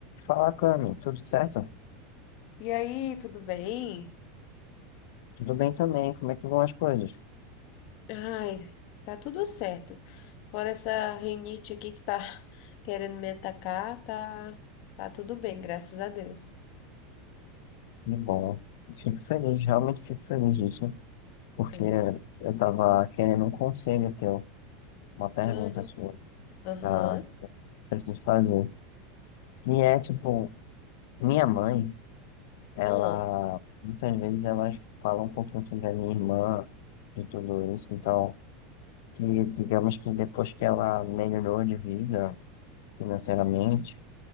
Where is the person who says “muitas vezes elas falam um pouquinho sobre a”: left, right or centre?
Left